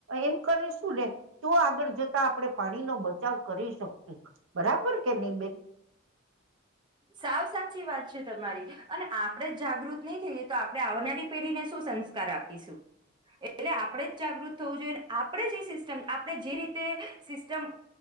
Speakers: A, on the right (about 80°); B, on the right (about 25°).
A: એમ કરીશું ને તો આગળ જતા આપણે પાણીનો બચાવ કરી શકશું બરાબર કે નહી બેન
B: સાવ સાચી વાત છે તમારી અને આપણેે જ જાગૃત નહી થઈ જઈએ તો આપણે આવનારી પેઢીને શું સંસ્કાર આપીશું એટલે આપણેે જ જાગૃત થવું જોઈએ આપણે જે સિસ્ટમ આપણે જે રીતે સિસ્ટમ